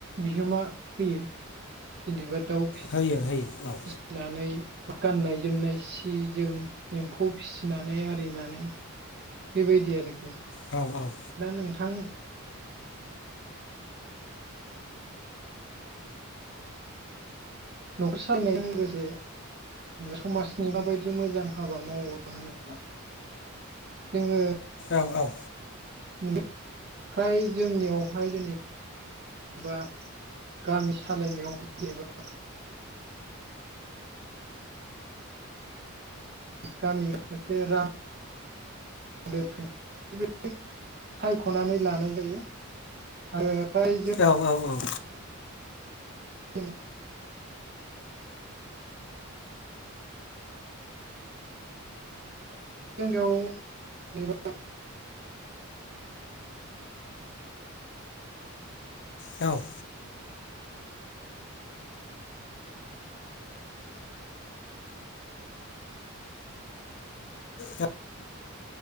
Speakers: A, on the right; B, on the left.
A: बिहोमा होयो जेनेबा दाउ फिसि
B: होयो होयो औ
A: फिसिनानै गाननाय जोमनाय सि जोम एम्फौ फिसिनानै आरिनानै बेबायदि आरोखि
B: औ औ
A: दा नोंथां न'खर सालायनायजों लोगोसे समाजनि माबायदि मोजां हाबा मावो होनोब्ला जोङो
B: औ औ
A: नुयो फ्राय जोंनियावहाय जेनेब बा गामि सालायनायाव जेनेबा गामि सासे रां आ दोनथुम सायख'नानै लानाय जायो आरो फ्राय जों
B: औ औ औ
A: बे जोंनियाव जेनेबा
B: औ दा